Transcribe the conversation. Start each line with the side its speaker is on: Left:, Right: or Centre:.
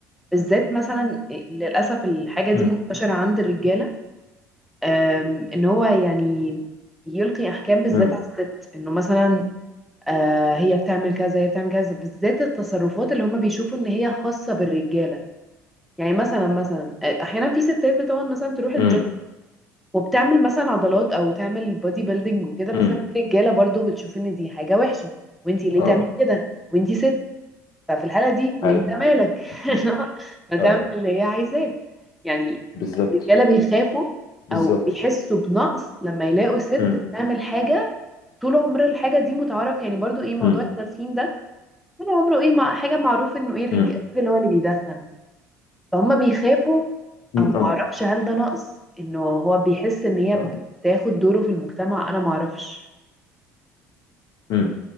Centre: بالذات مثلا للأسف الحاجة دي
Left: امم
Centre: منتشرة عند الرجالة آم، إن هو يعني يلقي أحكام بالذات
Left: امم
Centre: على الست إنه مثلا آه، هي بتعمل كذا هي بتعمل كذا بالذات التصرفات اللي هم بيشوفوا إن هي خاصة بالرجالة يعني مثلا مثلا آه، أحيانا في ستات بتقعد مثلا تروح الجيم
Left: امم
Centre: وبتعمل مثلا عضلات أو تعمل بودي بيلدينج وكده مثلا
Left: امم
Centre: في رجالة برضو بتشوف إن دي حاجة وحشة وإنتي ليه
Left: اه
Centre: تعملي كده وإنتي ست ففي الحالة دي وانت
Left: ايوه
Centre: مالك <laughs>
Left: مم.
Centre: ما تعمل
Left: اه
Centre: اللي هي عايزاه يعني
Left: بالظبط
Centre: الرجالة بيخافوا
Left: بالظبط
Centre: او بيحسوا بنقص لما يلاقوا ست
Left: امم
Centre: بتعمل حاجة طول عمر الحاجة دي متعارف يعني برضو ايه موضوع
Left: امم
Centre: التدخين ده طول عمره ايه مع حاجة معروف انه ايه الرج-
Left: امم
Centre: الراجل هو اللي بيدخن فهم بيخافوا او معرفش
Left: اه
Centre: هل ده نقص انه هو بيحس ان هي
Left: اه
Centre: بتاخد دوره في المجتمع انا معرفش
Left: مم.